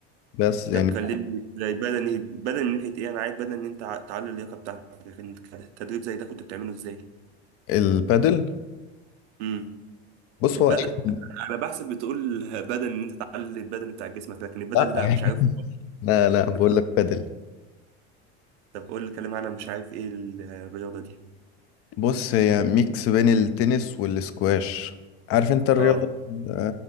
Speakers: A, on the left; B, on the right.
A: بس يعني
B: طب كلمني زي بدني بدني من ناحيه ايه انا عايز بدني ان انت ع- تعلي اللياقه بتاعتك انت التدريب زي ده كنت بتعمله ازاي
A: البادل
B: امم
A: بص
B: البدن
A: هو أي
B: انا بحسب بتقول بدن ان انت تعلي البدن بتاع جسمك لكن البدن
A: لا
B: لا مش
A: <laughs>
B: عارف
A: لا لا بقول لك بادل
B: طب قول لي كلمة عن مش عارف ايه الرياضة دي
A: بص هي ميكس بين التنس والسكواش عارف انت الرياضة
B: اه
A: ال-